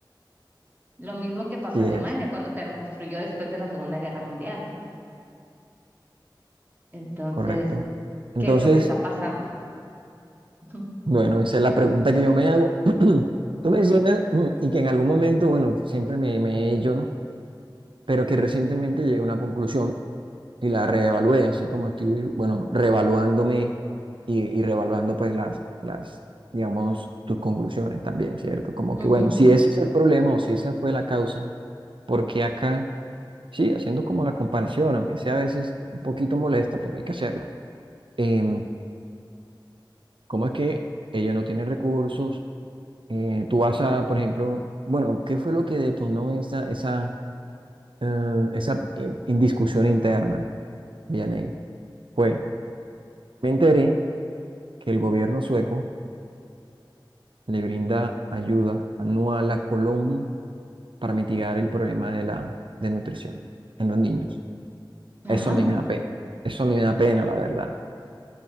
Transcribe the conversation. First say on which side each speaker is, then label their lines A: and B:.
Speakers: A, on the right (about 20°); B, on the right (about 90°).
A: Lo mismo que pasó
B: sí
A: a Alemania
B: es,
A: cuando se reconstruyó después de la Segunda Guerra Mundial. Entonces,
B: correcto. Entonces,
A: ¿qué es lo que está pasando? <laughs>
B: bueno, esa es la pregunta que yo me hago. <clears throat> Tú mencionas, mm, <clears throat> y que en algún momento, bueno, siempre me, me he hecho, ¿no? Pero que recientemente llegué a una conclusión y la reevalué, así como estoy, bueno, reevaluándome y, y reevaluando pues las, las, digamos, tus conclusiones también, ¿cierto? Como
A: Ujú.
B: que, bueno, si ese es el problema o si esa fue la causa, porque acá, sí, haciendo como la comparación, aunque sea a veces un poquito molesta, pero hay que hacerla. Em, ¿cómo es que ellos no tienen recursos? Eh, tú vas a, por ejemplo, bueno, ¿qué fue lo que detonó esa, esa, eh, esa eh, indiscusión interna, Vianey? Fue, me enteré que el gobierno sueco le brinda ayuda anual a Colombia para mitigar el problema de la desnutrición en los niños.
A: Ajá,
B: Eso a mí me da pena. Eso a mí me da pena, la verdad,